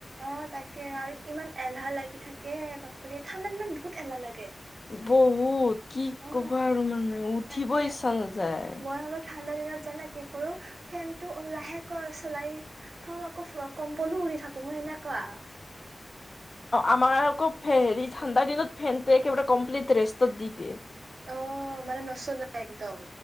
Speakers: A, on the right; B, on the left.
A: অ তাকে আৰু ইমান এলাহ লাগি থাকে বাপৰি ঠাণ্ডা দিনত বহুত এলাহ লাগে।
B: বহুত কি
A: অ
B: কবা আৰু মানে উঠিব
A: তাকে
B: ইচ্ছা নাযায়।
A: মই আকৌ ঠাণ্ডা দিনত জানা কি কৰো ফেন টো লাহে চলাই থওঁ আকৌ কম্বলো উৰি থাকো। তুমি এনেকোৱা।
B: আমাৰ আকৌ হেৰি ঠাণ্ডা দিনত ফেনটো একেবাৰে কমপ্লিট ৰেষ্টত দি দিয়ে।
A: অ মানে নচলে একদম।